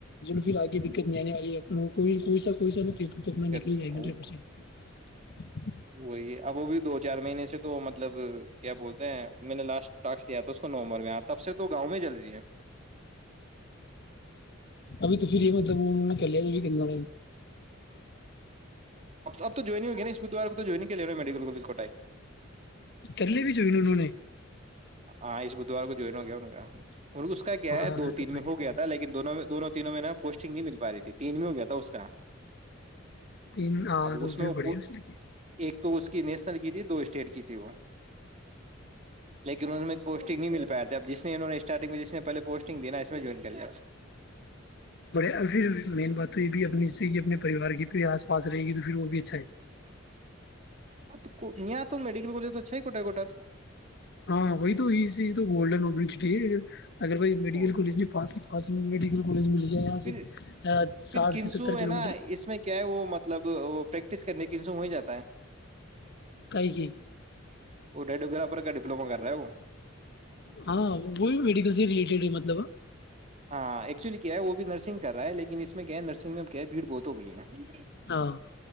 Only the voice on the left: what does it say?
پھر آگے دت نہیں آنے والی کو کوئیا کو سا کتنا
نکل
جائے
گا ہنڈریڈ پرسینٹ <inaudible>
ابھی تو پھر یہ مطلب ان کر لیا جنا
کر لیے بھی جوئی ن انہوں نے
ہاں
پھر تو
بڑھیا
تین
تو
جو
بڑے
ہیں اس میں کے
بڑے پھر مین بات تو یہ بھی اپنی سے ہی اپنے پریوار کی پ آس پاس رہے گی تو پھر وہ بھی اچھا ہے
ہاں وہی تو یہ یہ تو گولڈن ابن چٹی اگر و میڈیکل
کالج میں پاس ہی پا میڈیکل کالج یہاں
سے
ساٹھ
سے ستر کلو
میٹر
کائی کہ
ہاں وہ بھی میڈیکل سے ریلیٹڈ ہے مطلب
ہاں